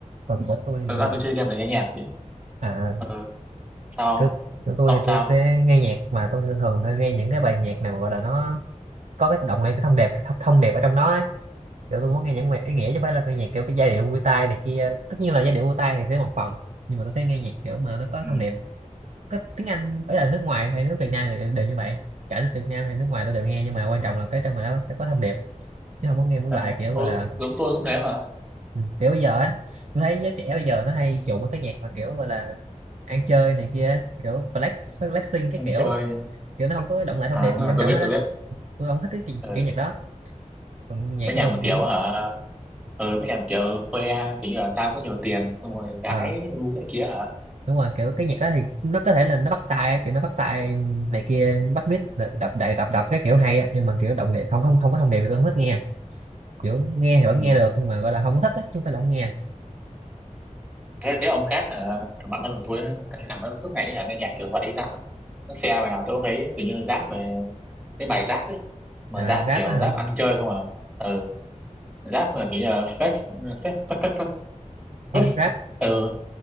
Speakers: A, on the right; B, in the centre.
A: còn của tôi
B: thật ra tôi
A: thì-
B: chơi game để nghe nhạc chứ
A: à
B: ừ. sao
A: cứ của tôi
B: ông
A: thì
B: sao
A: tôi sẽ nghe nhạc mà tôi thường thường tôi nghe những cái bài nhạc nào mà gọi là nó có cái động này cái thông đẹp thông, thông đẹp ở trong đó ấy. kiểu tôi muốn nghe những bài ý nghĩa chứ không phải là cái nhạc kiểu cái giai điệu vui tai này kia tất nhiên là giai điệu vui tai thì sẽ một phần nhưng mà tôi sẽ nghe nhạc kiểu mà nó có
B: ừ.
A: thông điệp có tiếng Anh ấy là nước ngoài hay nước Việt Nam này đều, đều như vậy cả nước Việt Nam hay nước ngoài tôi đều nghe nhưng mà quan trọng là cái trong bài đó phải có thông điệp chứ không có nghe mấy
B: À,
A: bài kiểu gọi
B: tôi,
A: là
B: giống tôi cũng thế mà
A: ừ, kiểu bây giờ á tôi thấy giới trẻ bây giờ nó hay chuộng mấy cái nhạc mà kiểu gọi là ăn chơi này kia kiểu flex flexing cái
B: anh
A: kiểu
B: chơi
A: kiểu nó không có động lại thông
B: à
A: điệp gì quan
B: tôi
A: trọng
B: biết
A: hết á
B: tôi biết
A: tôi không thích cái kiểu,
B: ừ.
A: kiểu nhạc đó còn nhạc
B: mấy
A: của
B: nhà
A: tôi
B: mà kiểu
A: cũng
B: hả ừ, mấy nhà mà kiểu khoe kiểu như là tao có nhiều tiền xong rồi gái
A: ờ
B: gu này kia hả
A: đúng rồi kiểu cái nhạc đó thì nó có thể là nó bắt tai kiểu nó bắt tai này kia bắt beat đập đập đập đập, đập cái kiểu hay á nhưng mà kiểu động điệp không không không có thông điệp thì tôi không thích nghe kiểu nghe thì vẫn
B: ừ.
A: nghe được nhưng mà gọi là không có thích á chứ không phải là không nghe
B: thế là thế ông khác hả thằng bạn thân của tôi ấy, cái thằng nó suốt ngày hả nghe nhạc kiểu vậy hay sao ấy. nó xe bài nào tôi cũng thấy kiểu như rap về cái bài rap ấy mà
A: à
B: rap
A: rap
B: kiểu
A: á hả
B: rap ăn chơi không à ừ. rap mà nghĩ là flex flex <laughs> flex
A: không
B: flex
A: rap
B: ừ.